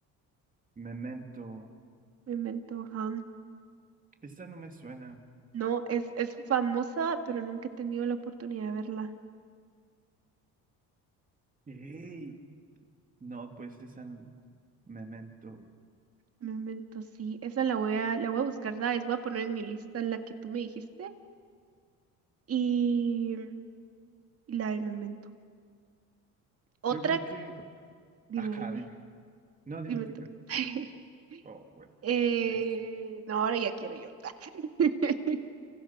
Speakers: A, on the right; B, on the right.
A: Memento.
B: Memento, ajá.
A: Esta no me suena.
B: No, es, es famosa, pero nunca he tenido la oportunidad de verla.
A: Ey, No, pues esa no- Memento.
B: Un momento, sí, esa la voy a, la voy a buscar, ¿sabes? Voy a poner en mi lista la que tú me dijiste y, y la del Memento. Otra,
A: Yo creo que.
B: dime,
A: Ajá,
B: dime,
A: dime. No, dime
B: dime
A: tú,
B: tú.
A: Kat.
B: <laughs>
A: Oh, bueno.
B: Eh,
A: es-
B: no, ahora ya quiero yo. <laughs>